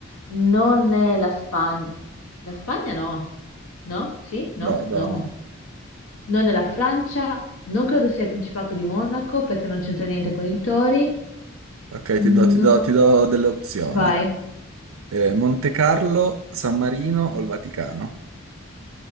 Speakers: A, on the left; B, on the right.
A: non è la Spagna. La Spagna no. No? Sì? No?
B: No, no,
A: No.
B: no.
A: Non nella Francia, non credo sia il Principato di Monaco perché non c'entra niente con i tori.
B: Ok,
A: No,
B: ti do, ti do- ti do delle opzioni.
A: vai.
B: Eh, Monte Carlo, San Marino o il Vaticano?